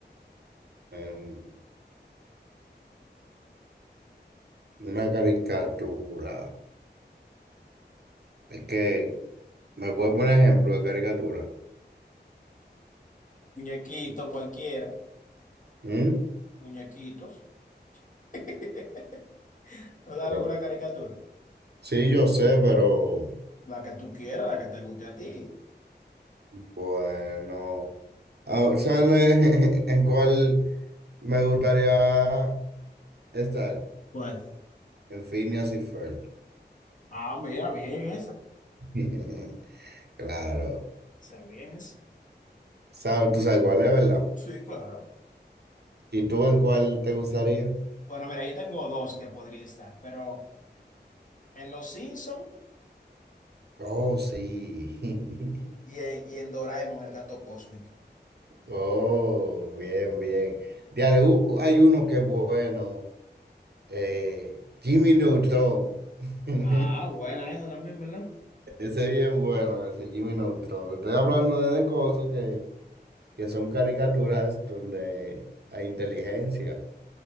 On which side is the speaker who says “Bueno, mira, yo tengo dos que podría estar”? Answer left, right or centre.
Left